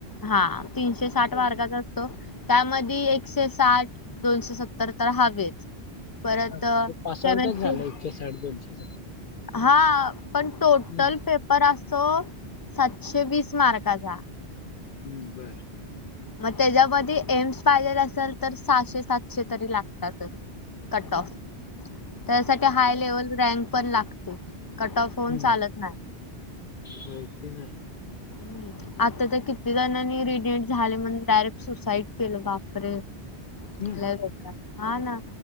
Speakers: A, on the left; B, on the left.
A: हा तीनशे साठ
B: हा,
A: मारकाचा त्यामध्ये एकशे साठ दोनशे सत्तर तर हवेच परत
B: हा. म्हणजे पास
A: केमेस्ट्री
B: आउटच झालं एकशे साठ दोनशे सत्तर
A: हा पण टोटल
B: हम्म
A: पेपर अस तो सातशे वीस मार्कचा
B: हम्म बर
A: मग त्याच्यामध्ये एम्स पाहिजे असेल तर सहाशे सातशे तरी लागतातच कट
B: हा
A: ऑफ त्यासाठी हाय
B: बर
A: लेवल रँक पण लागते कट ऑफ होऊन
B: हम्म
A: चालत नाही
B: होय, तेच <unintelligible>
A: हम्म. आता तर किती जणांनी रिडिट झाले म्हण डायरेक्ट सुसाइड केलं बापरे
B: हम्म
A: लय बेकार हा ना